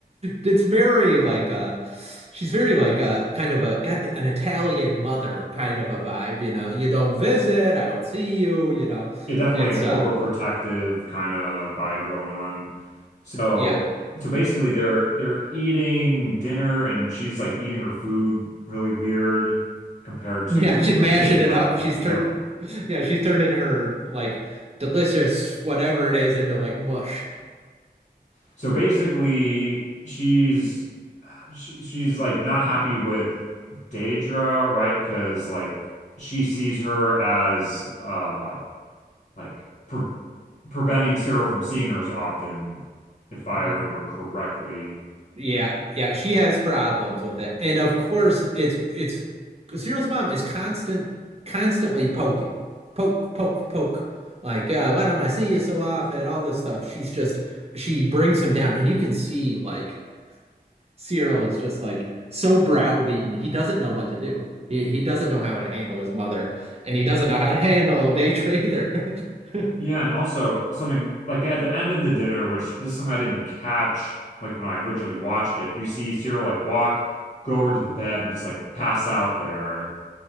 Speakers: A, on the right; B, on the left.
A: It's very like uh she's very like a kind of a got an Italian mother kind of a vibe, you know. You don't visit, I don't see you, you know.
B: Yeah, definitely
A: It's
B: like
A: uh
B: overprotective kind of vibe going on. So
A: yeah.
B: so basically they're they're eating dinner and she's like eating her food really weird compared
A: <laughs>
B: to
A: Yeah, she's mashing
B: like Daedra.
A: it up. She's
B: Yeah.
A: turned yeah, she's turning her like delicious whatever it is into like mush.
B: So basically she's she, she's like not happy with Daedra, right? Because like she sees her as uh like pre preventing Cyril from seeing her as often, if I
A: Mm-hmm.
B: remember correctly.
A: Yeah, yeah, she has problems with it. And of course, it's it's Cyril's mom is constant constantly poking. Poke, poke, poke. Like, uh, why don't I see you so often? All this stuff. She's just she brings him down and you can see like Cyril is just like so browbeaten. He doesn't know what to do. He he doesn't know how to handle his mother and he doesn't know how to <laughs> handle Daetra either. <laughs>
B: Yeah, and also something like at the end of the dinner, which this is something I didn't catch like when I originally watched it, you see Cyril like walk, go over to the bed and just like pass out there.